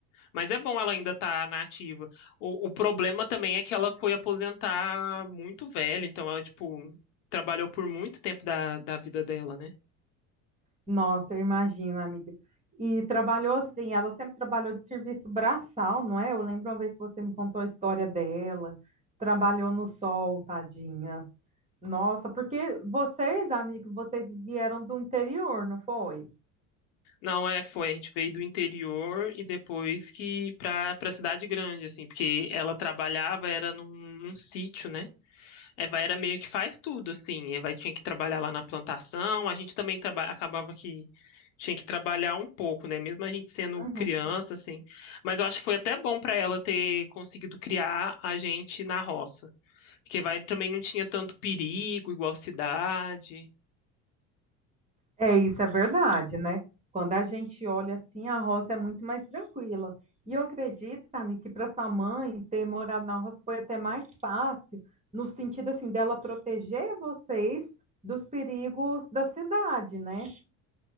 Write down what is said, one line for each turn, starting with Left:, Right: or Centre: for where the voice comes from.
Left: Mas é bom ela ainda estar na ativa. O, o problema também é que ela foi aposentar muito velha, então ela, tipo, trabalhou por muito tempo da, da vida dela, né?
Right: Nossa, eu imagino, amiga. E trabalhou assim, ela sempre trabalhou de serviço braçal, não é? Eu lembro uma vez que você me contou a história dela. Trabalhou no sol, tadinha. Nossa, porque vocês, amigos, vocês vieram do interior, não foi?
Left: Não, é, foi, a gente veio do interior e depois que pra, pra cidade grande, assim, porque ela trabalhava, era num, num sítio, né? Eva era meio que faz tudo, assim. Eva tinha que trabalhar lá na plantação. A gente também traba- acabava que tinha que trabalhar um pouco, né? Mesmo a gente sendo
Right: Uhum.
Left: criança, assim. Mas eu acho que foi até bom para ela ter conseguido criar a gente na roça, porque vai também não tinha tanto perigo, igual cidade.
Right: É, isso é verdade, né? Quando a gente olha assim, a roça é muito mais tranquila. E eu acredito, amigo, que para sua mãe ter morado na roça foi até mais fácil, no sentido assim, dela proteger vocês dos perigos da cidade, né?